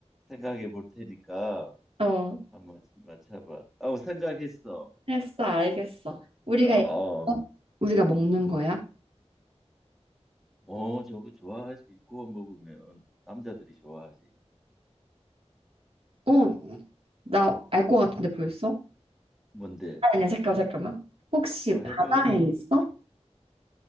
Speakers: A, in the centre; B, on the right.
A: 생각해 볼 테니까
B: 어,
A: 한번 맞춰봐. 어, 생각했어.
B: 했어, 알겠어. 우리가
A: 어, 어,
B: 얘- 어? 우리가 먹는 거야?
A: 어, 저거 좋아하지. 구워 먹으면 남자들이 좋아하지.
B: 어, 나 알 것 같은데 벌써?
A: 뭔데?
B: 아니야, 잠깐, 잠깐만. 혹시
A: 와,
B: 바다에
A: 해봐.
B: 있어?